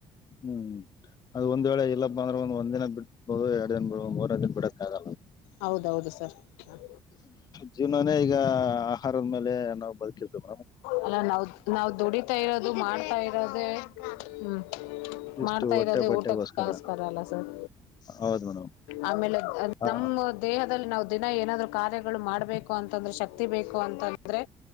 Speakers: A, on the left (about 30°); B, on the left (about 75°).
A: ಹ್ಮ್ ಅದು ಒಂದು ವೇಳೆ ಇಲ್ಲಪ್ಪ ಅಂದ್ರೆ ಒಂದ ದಿನ ಬಿಡ್ಬಹದು ಎರಡ್ ದನ್ ಬಿಬದು ಮೂರರ್ ದಿನ ಬಿಡ ಆಗ
B: ಹೌದೌದು ಸರ್ ಹ
A: ಜೀವನನೇ ಈಗ ಆಹಾರದ ಮೇಲೆ ನಾವು ಬದುಕಿರ್ತವಿ
B: ಅಲ್ಲ ನಾವ್ ನಾವ್ ದುಡಿತಾ ಇರೋದು ಮಾಡ್ತಾ ಇರೋದೆೇ ಹ್ಮ್
A: ಇಷ್ಟು
B: ಮಾಡ್ತಾ
A: ಹೊಟ್ಟೆ
B: ಇರೋದೆೇ
A: ಬಟ್ಟೆಗೋಸ್ಕರ
B: ಊಟಸ್ಕರ ಅಲ್ಲ ಸರ್
A: ಹೌದ್ ಮೇಡಮ್
B: ಆಮೇಲೆ
A: ಹ
B: ನಮ್ಮ ದೇಹದಲ್ಲಿ ನಾವು ದಿನ ಏನಾದ ಕಾರ್ಯಗಳು ಮಾಡ್ಬೇಕು ಅಂತಂದ್ರೆ ಶಕ್ತಿ ಬೇಕು ಅಂತಂದ್ರೆ